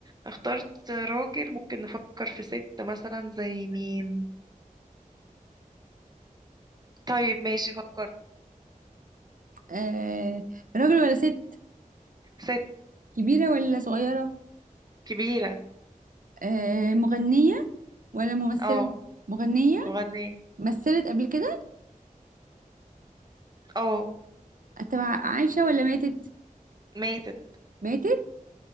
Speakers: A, on the right; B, on the right.
A: اخترت راجل ممكن نفكر في ست مثلا زي مين طيب ماشي فكرت
B: آه... راجل ولا ست
A: ست
B: كبيرة ولا صغيرة
A: كبيرة
B: آه... مغنية ولا ممثلة
A: اه
B: مغنية
A: مغنية
B: مثلت قبل كده
A: اه
B: تبع عايشة ولا ماتت
A: ماتت
B: ماتت